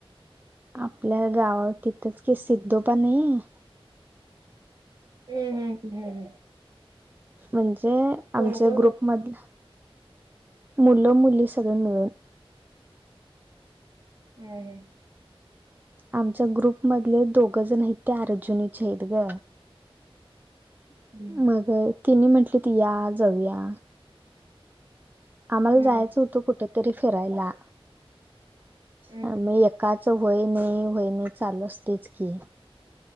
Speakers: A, on the right; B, on the right.
A: आपल्या गावत तिथंच की सिद्धोबा नये
B: हूं हूं हूं
A: म्हणजे आमच्या
B: कोण कोण
A: ग्रुपमधल
B: गेलं
A: मुलं मुली सगळे मिळून
B: हूं हूं
A: आमच्या ग्रुप मधले दोघं जण हायेत ते अर्जुनीचे हायेत गं.
B: हम्म
A: मग तिनी म्हटलेत या जाऊया. आम्हाला
B: हम्म
A: जायचं होतं कुठ तरी फिरायला
B: हम्म
A: आ
B: हम्म
A: म य काचं व्हय नय व्हय नय चालू असतयच की,